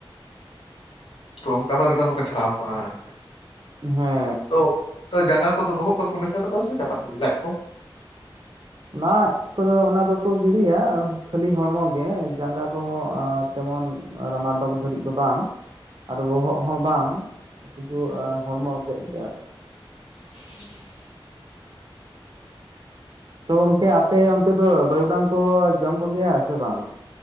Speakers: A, on the left; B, on the right.
A: ᱛᱚ ᱚᱱᱠᱟ ᱵᱟᱨᱫᱚᱢ ᱫᱚ ᱠᱚ ᱪᱷᱟᱲᱟᱣ ᱠᱚᱣᱟ ᱟᱪᱪᱷᱟ᱾
B: ᱦᱮᱸ,
A: ᱛᱚ ᱡᱟᱸᱜᱟ ᱠᱚᱫᱚ ᱵᱚᱦᱚᱜ ᱠᱚᱫᱚ ᱠᱚ ᱢᱮᱥᱟ ᱛᱟᱠᱚᱣᱟ ᱥᱮ ᱪᱟᱯᱟᱫ ᱜᱤᱰᱤ ᱞᱟᱡ ᱠᱚ?
B: ᱞᱟᱡ ᱠᱚᱫᱚ ᱚᱱᱟ ᱫᱚᱠᱚ ᱜᱤᱰᱤᱭᱟ ᱠᱷᱟᱹᱞᱤ ᱦᱚᱲᱢᱚ ᱜᱮ ᱡᱟᱸᱜᱟ ᱠᱚᱦᱚᱸ ᱟᱨ, ᱛᱮᱢᱚᱱ ᱨᱟᱢᱟ ᱰᱚᱜ ᱫᱷᱟᱹᱨᱤᱡ ᱫᱚ ᱵᱟᱝ᱾ ᱟᱨᱚ ᱵᱚᱦᱚᱜ ᱦᱚᱸ ᱵᱟᱝ ᱥᱩᱫᱷᱩ ᱦᱚᱲᱢᱚ ᱛᱮᱫ ᱜᱮ ᱟᱨᱠᱤ᱾
A: <inaudible>
B: ᱛᱚ ᱜᱚᱝᱠᱮ ᱟᱯᱮ ᱚᱱᱛᱮ ᱫᱚ ᱵᱟᱹᱨᱩᱰᱟᱝ ᱠᱚ ᱡᱚᱢ ᱠᱚᱜᱮᱭᱟ ᱥᱮ ᱵᱟᱝ?